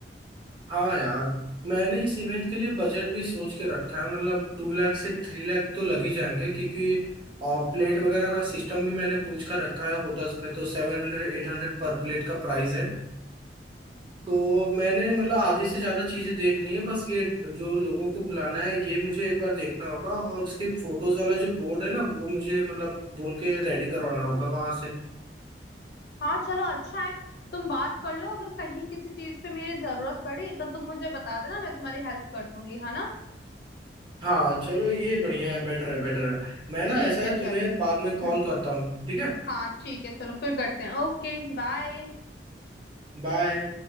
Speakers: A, on the right; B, on the left.
A: हाँ यार मैंने इस इवेंट के लिए बजट भी सोच के रखा है मतलब टू लाख से थ्री लाख तो लग ही जाएंगे क्योंकि प्लेट वगैरह का सिस्टम भी मैंने पूछ कर रखा है होटल्स में तो सेवन हंड्रेड एट हंड्रेड पर प्लेट का प्राइस है तो मैंने मतलब आधी से ज्यादा चीजें देख ली हैं बस ये जो लोगों को बुलाना है ये मुझे एक बार देखना होगा और उसकी फोटोज वाला जो बोर्ड है ना वो मुझे मतलब बोल के रेडी करवाना होगा वहां से
B: हाँ चलो अच्छा है तुम बात कर लो अगर कहीं किसी चीज पे मेरी जरूरत पड़ी तो तुम मुझे बता देना मैं तुम्हारी हेल्प कर दूंगी है ना
A: हाँ चलो ये बढ़िया है बेटर है बेटर है मैं ना
B: ठीक
A: ऐसा
B: है
A: है
B: चलो
A: तुम्हें बाद में कॉल
B: हम्म
A: करता हूँ ठीक है
B: हाँ ठीक है चलो फिर करते हैं Okay bye
A: बाय